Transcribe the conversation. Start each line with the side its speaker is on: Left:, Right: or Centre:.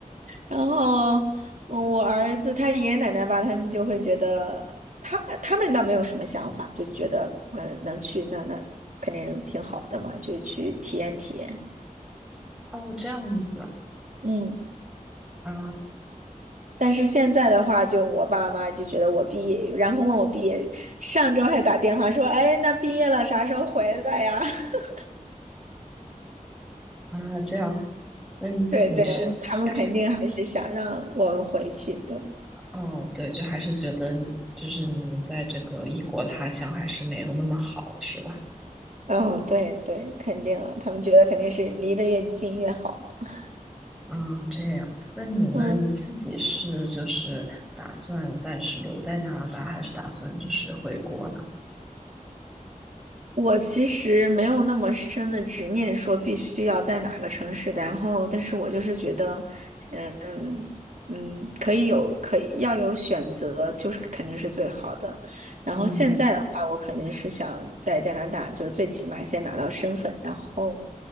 Right: 然后我我儿子他爷爷奶奶吧，他们就会觉得他他们倒没有什么想法，就觉得嗯能去那那肯定挺好的嘛，就去体验体验。
Centre: 哦，这样子
Right: 嗯。
Centre: 啊
Right: 但是现在的话，就我爸妈就觉得我毕业，然后问我毕业，上周还打电话说，哎，那毕业了啥时候回来呀？<laughs>
Centre: 啊，这样，那你你是，
Right: 对对，我他们肯定还是想让我们回去，
Centre: 但是
Right: 对，
Centre: 哦，对，就还是觉得你就是你们在这个异国他乡还是没有那么好，是吧？
Right: 嗯，对对，肯定啊，他们觉得肯定是离得越近越好嘛。
Centre: 啊，这样，那你呢？
Right: 嗯。
Centre: 你自己是就是打算暂时留在加拿大，还是打算就是回国呢？
Right: 我其实没有那么深的执念，说必须要在哪个城市，然后，但是我就是觉得，嗯嗯，可以有，可以要有选择，就是肯定是最好的。然后现在的话，
Centre: 嗯，
Right: 我肯定是想在加拿大，就最起码先拿到身份，然后，